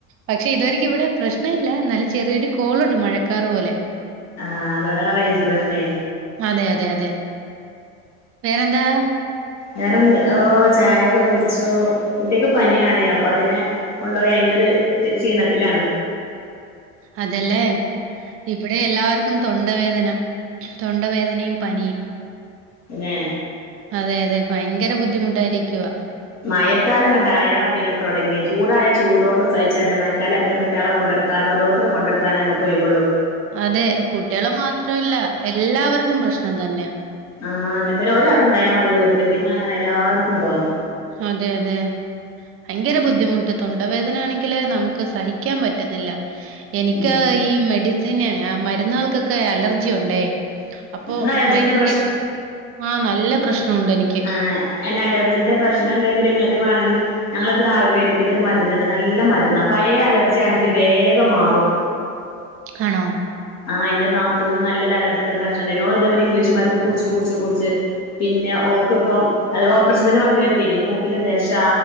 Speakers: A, on the right; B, on the left.
A: പക്ഷെ ഇതുവരി ഇവിടെ പ്രശ്ന ഇല്ല എന്നാലും ചെറിയൊരു കോളുണ്ട് മഴക്കാർ പോലെ
B: ആ അതുകൊണ്ടാണാറേഞ്ച് പ്രശ്നേ
A: അതെ അതെ അതെ വേറന്താ
B: വേറെന്ത്‌ ഓ ചായൊക്കെ കുടിച്ചൂ കുട്ടിക്ക് പനിയാണേ അ പതിന് കൊണ്ടുപോയി അതിന്റൊരു ഷീണം ത്തിലാണ്
A: അതെലേ ഇവിടെ എല്ലാര്ക്കും തൊണ്ടവേദന തൊണ്ടവേദനയും പനിയും
B: തന്നെ
A: അതെ അതെ ഭയങ്കര ബുദ്ധിമുട്ടായിരിക്കുവ
B: മഴക്കാലങ്ങട്ടായ പിന്നെ തുടങ്ങി ചൂടായ ചൂടോണ്ട് സൈച്ചജ്ജ മയക്കാലായ പിന്നെ കുട്ടികളെ കൊണ്ടടുക്കാന ഓരോത്തരെ കൊണ്ടടുക്കാനേ നമുക്കൊയ്വൊള്ളൂ
A: അതെ കുട്ടികളെ മാത്രല്ല എല്ലാവർക്കും പ്രശ്നം തന്നെയാ
B: ആഹ് അങ്ങൻ തന്നെ ഒരാക് ണ്ടായാ മതി വീട്ട്ല് പിന്നങ്ങനെ എല്ലാർക്കുണ്ടാവും
A: അതെ അതെ അയങ്കര ബുദ്ധിമുട്ട് തൊണ്ടവേദന ആണെങ്കില് നമു- ക്ക്‌ സഹിക്കാൻ പറ്റുന്നില്ല എനിക്ക്
B: ഉം
A: ഈ മെടി പിന്നെ മരുന്നുകൾക്കൊക്കെ അലർജി ഉണ്ടേ അപ്പൊ
B: ഇങ്ങക്ക് അലർജിന്റെ
A: ഭയങ്കര ബുദ്ധി ആ നല്ല പ്രശ്നമുണ്ട് എനിക്ക്.
B: ആ എന്ന അലർജിന്റെ പ്രശ്നണ്ടെങ്കിൽ ഇങ്ങക്ക് വാണെങ്കിൽ ഞങ്ങളട്തൊരു ആയുർവേദിക്കിന്റൊരു മര്ന്ന്ണ്ട് നല്ല മര്ന്ന പയേ അലർജിയാണെങ്കിൽ വേഗം മാറും
A: ആണോ
B: ആഹ് എ്ന്റെ നാ ത്തൂന് നല്ലൊരലർജിന്റെ പ്രശനണ്ടായി നോൾ തേ മരി ഇംഗ്ലീഷ്മാര്ന്ന് കുട്ച്ച് കുട്ച്ച് കുട്ച്ച് പിന്നെഓ ഇപ്പം അൽ ഓപ്രേഷത്തിന്റെ വക്കിലെത്തിനി മൂക്കില് ദശ